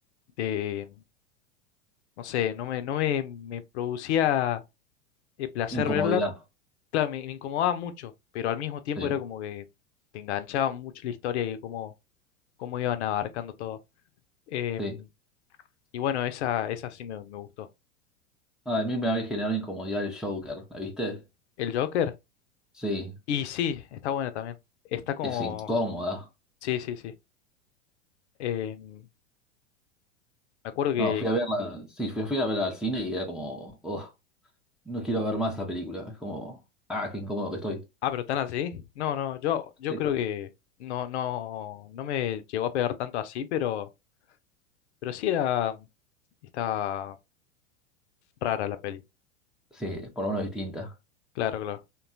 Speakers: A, on the left (about 60°); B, in the centre.
A: de, de, no sé, no me, no me, me producía eh, placer
B: Incomodidad.
A: verla. Claro, me, me incomodaba mucho, pero al mismo tiempo
B: Sí,
A: era como que te enganchaba mucho la historia y cómo, cómo iban abarcando todo. Em,
B: sí.
A: y bueno, esa, esa sí me, me gustó.
B: Ah, a mí me había generado incomodidad el Joker, ¿la viste?
A: El Joker,
B: Sí,
A: y sí, está buena también. Está como,
B: es incómoda.
A: sí, sí, sí. Eh, me acuerdo que.
B: No, fui a verla, sí, fui, fui a verla al cine y era como, "Ugh". no quiero ver más la película. Es como, ah, qué incómodo que estoy.
A: Ah, pero tan así. No, no, yo, yo
B: Sí.
A: creo que no, no, no me llegó a pegar tanto así, pero, pero sí era. Está rara la peli.
B: Sí, por lo menos distinta.
A: Claro, claro.